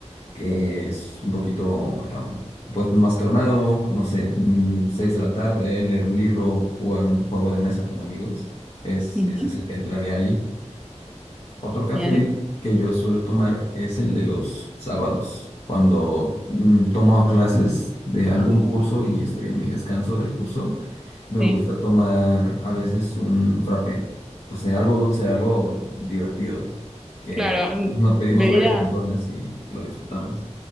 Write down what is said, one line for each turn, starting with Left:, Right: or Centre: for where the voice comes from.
Left: que es un poquito am, pues más calmado, no sé, mm, seis de la tarde, leer un libro, jugar un juego de mesa con amigos. Es,
Centre: Ujú.
Left: ese es el que entraría allí. Otro café
Centre: Bien.
Left: que yo suelo tomar es el de los sábados, cuando mm, tomo clases de algún curso y estoy en mi descanso del curso. Me
Centre: Sí.
Left: gusta tomar a veces un frappé. Entonces, algo dulce, algo divertido, que
Centre: Claro. mm,
Left: lo pedimos
Centre: Bebida,
Left: varias personas y lo disfrutamos.